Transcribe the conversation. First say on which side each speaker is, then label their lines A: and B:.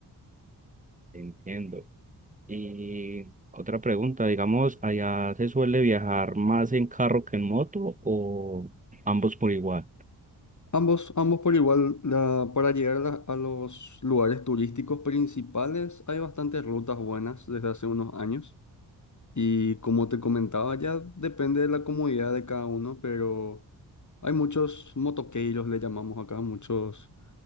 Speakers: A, on the right (about 20°); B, on the left (about 45°).
A: Entiendo. Y otra pregunta, digamos, ¿allá se suele viajar más en carro que en moto o ambos por igual?
B: Ambos, ambos por igual, la- para llegar a, la- a los lugares turísticos principales hay bastantes rutas buenas desde hace unos años y como te comentaba ya depende de la comodidad de cada uno, pero hay muchos motoqueiros, le llamamos acá, muchos,